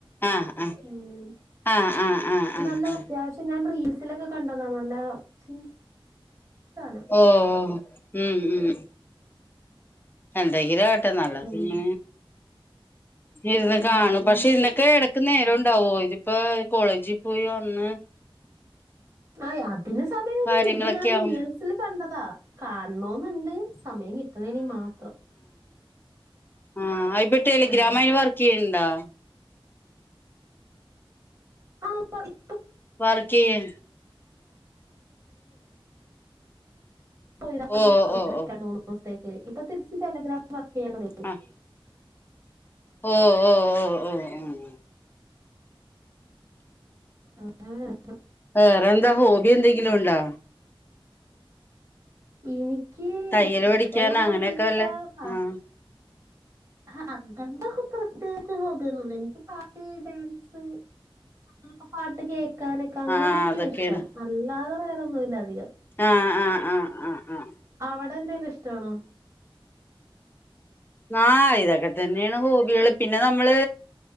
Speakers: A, on the left; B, on the right.
A: ആഹ് ആഹ്
B: ഉം
A: ആഹ് ആഹ് ആഹ് ആഹ്
B: നല്ലത്
A: ആഹ്
B: അത്യാവശ്യം ഞാൻ റീൽസിലൊക്കെ കണ്ടതാ നല്ല സീൻസ് സാധനം
A: ഓ ഉം ഉം എന്തങ്കിലും നല്ല
B: ഉം.
A: സിനിമ പിന്നെ ഇരുന്ന്
B: ഉം.
A: കാണും പക്ഷെ
B: മറ്റേ
A: ഇന്നൊക്കെ ഇടക്ക് നേരം ഉണ്ടാവോ ഇതിപ്പോ കോളേജിൽ പോയി വന്ന്
B: ആ അതിന് സമയോന്നില്ല
A: കാര്യങ്ങളൊക്കെ
B: ഇത് ഞാൻ റീൽസിൽ
A: ആവും
B: കണ്ടതാ കാണണോന്നുണ്ട് സമയം കിട്ടണേണി മാത്രം
A: ആ ആയിപട്ടല്ല
B: ആഹ്.
A: ഗ്രാമായി വർക്ക് ചെയ് ഇണ്ടാ
B: <inaudible> <unintelligible>
A: വർക്ക് ചെയ്യ
B: മൂന്ന
A: ഓ ഓ ഓ
B: ദിവസ തേക്ക് ഇപ്പൊ തിരിച്ച് ടെലഗ്രാം വർക്ക് ചെയ്യാൻ തുടങ്ങി
A: ആഹ് ഓ ഓ ഓ ഓ ഓ
B: ആ ആ
A: വേറെന്താ ഹോബി എന്തെങ്കിലുംണ്ടോ
B: എനിക്ക്
A: തയ്യല്
B: ഇഷ്ടമുള്ളോബീന്ന്
A: പഠിക്കാന് അങ്ങനെയൊക്കെ വല്ല
B: വെച്ചാ
A: ആഹ്
B: ആ അങ്ങണ്ടൊ പ്രത്യേകിച്ച് ഹോബി ഒന്നുല്യാ എനിക്ക് പാട്ട് ഡാൻസ് ആ പാട്ട് കേ ക്കാനൊക്കെ അങ്ങനെയൊക്കെയാണ്
A: ആഹ് അതൊക്കെയാണ്
B: ഇഷ്ടം അല്ലാതെ വേറെന്നും ഇല്ല അധികം
A: ആഹ് ആഹ് ആഹ് ആഹ് ആഹ്
B: അവിടെ എന്തെലും ഇഷ്ടണോ
A: ആ ഇതൊക്കെ തന്നെയാണ് ഹോബികള് പിന്നെ നമ്മള്